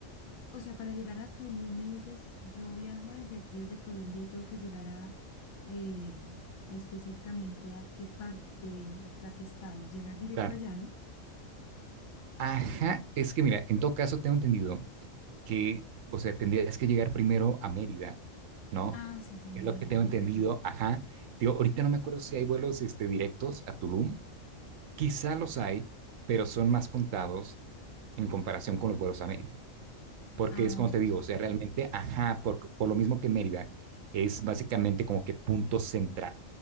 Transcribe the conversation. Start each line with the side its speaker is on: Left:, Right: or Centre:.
Left: o sea, para llegar a Tulum me dices, yo viajo desde aquí, desde Colombia, y tengo que llegar a eh, específicamente a qué parte, o sea, qué estado, llegar directo
Right: Claro.
Left: allá, ¿no?
Right: Ajá, es que mira, en todo caso tengo entendido que, o sea, tendrías que llegar primero a Mérida, ¿no?
Left: Ah, sí, sí, a Mérida,
Right: Es lo que tengo
Left: dijiste
Right: entendido,
Left: tú.
Right: ajá. Digo, ahorita no me acuerdo si hay vuelos este, directos a Tulum. Quizá los hay, pero son más contados en comparación con los vuelos a Mérida. porque
Left: Ah,
Right: es como
Left: ya,
Right: te
Left: ya.
Right: digo, o sea, realmente, ajá, por, por lo mismo que Mérida, es básicamente como que punto central,